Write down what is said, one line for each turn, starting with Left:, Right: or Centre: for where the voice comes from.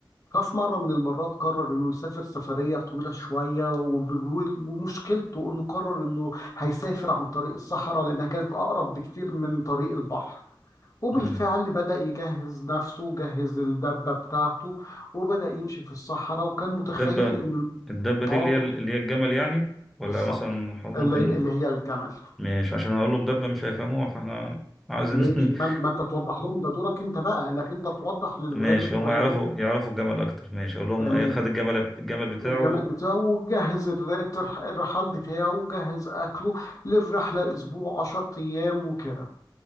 Left: ففي مرة من المرات قرر إنه يسافر سفرية طويلة شوية وب- و- ومشكلته إنه قرر إنه هيسافر عن طريق الصحراء لأنها كانت أقرب بكتير من طريق البحر وبالفعل
Centre: مم.
Left: بدأ يجهز نفسه جهز الدبة بتاعته وبدأ يمشي في الصحراء وكان متخيل
Centre: الدبة
Left: إن ال-
Centre: الدبة دي
Left: آه
Centre: اللي هي اللي هي الجمل يعني ولا
Left: بالظبط
Centre: مثلا ممكن
Left: اللي, اللي هي الجمل
Centre: مش عشان اقول له مدبة مش هيفهموها فاحنا عايزين
Left: ماشي
Centre: <laughs>
Left: ما, ما أنت توضح لهم ده دورك أنت بقى إنك أنت توضح للولاد
Centre: ماشي
Left: الصغيرين
Centre: هم يعرفوا يعرفوا الجمل اكتر ماشي اقول لهم
Left: تمام
Centre: ايه خد الجمل الجمل بتاعه
Left: الجمال بتاعه وجهز الر- الترح- الرحال بتاعه وجهز أكله للرحلة أسبوع عشر أيام وكده